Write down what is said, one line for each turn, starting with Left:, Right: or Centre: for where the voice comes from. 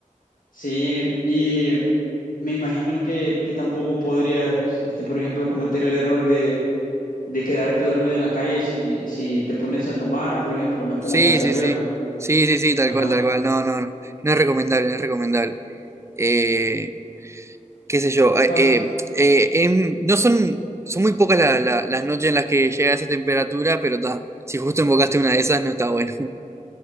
Left: Sí, y me imagino que, que tampoco podrías, este, por ejemplo, cometer el error de, de quedarte dormido en la calle si, si te pones a tomar, por ejemplo, me pongo
Right: Sí,
Left: a pensar
Right: sí,
Left: yo,
Right: sí.
Left: ¿no?
Right: Sí, sí, sí, tal
Left: Ajá.
Right: cual, tal cual. No, no, no. No es recomendable, no es recomendable. Eh, qué sé yo. eh,
Left: Paz.
Right: eh, eh, en- no son, son muy pocas la- la- las noches en las que llega esa temperatura, pero ta, si justo invocaste una de esas, no está bueno.